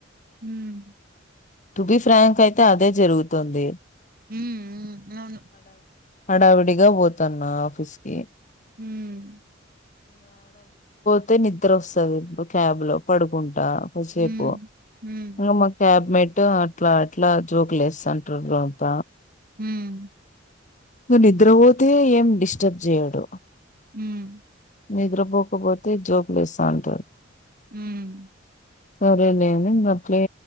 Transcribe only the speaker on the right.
హ్మ్ హ్మ్ హ్మ్
హ్మ్ అవును
హ్మ్
హ్మ్ హ్మ్
హ్మ్
హ్మ్
హ్మ్